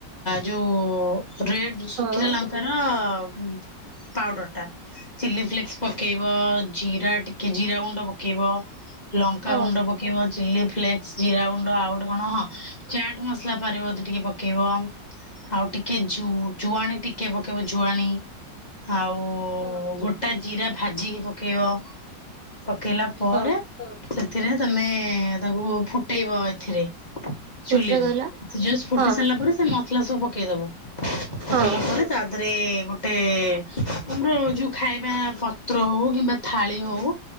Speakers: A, on the left (about 25°); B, on the right (about 75°).
A: ଯୋ‌ ରେଡ୍
B: ହଁ
A: ଶୁଖିଲା ଲଙ୍କା ତାର ପାଉଡର ଟା। ଚଲି ଫ୍ଲେକ୍ସ ପକେଇବ ଜିରା ଟିକ୍ କି ଜିରା ଗୁଣ୍ଡ ପକେଇବ? ଲଙ୍କା
B: ହଁ
A: ଗୁଣ୍ଡ ପକେଇବ, ଚିଲି ଫ୍ଲେକ୍ସ, ଜିରା ଗୁଣ୍ଡ ଆଉ ଗୋଟେ କଣ? ହଁ। ଚାଟ୍ ମସଲା ପାରିବତ ଟିକେ ପକେଇବ। ଆଉ ଟିକେ ଜୁ ଜୁଆଣି ଟିକେ ପକେଇବ ଜୁଆଣି। ଆଉ ଗୋଟା ଜିରା ଭାଜିକି ପକେଇବ। ପକେଇଲା ପରେ
B: ହଁ
A: ସେଥିରେ ତମେ ତାକୁ ଫୁଟେଇବ ଏଥିରେ
B: କୋଉଥିରେ
A: ଚୁଲିରେ
B: କହିଲ
A: ସେ ଜଷ୍ଟ ଫୁଟି
B: ହଁ
A: ସାରିଲା ପରେ ସେ ମସଲା ସବୁ ପକେଇଦବ। ପକେଇଲା
B: ହଁ।
A: ପରେ ତା ଦେହରେ ଗୋଟେ ଆମର ଯୋଉ ଖାଇବା ପତ୍ ତ୍ର ହଉ କିମ୍ବା ଥାଳି ହଉ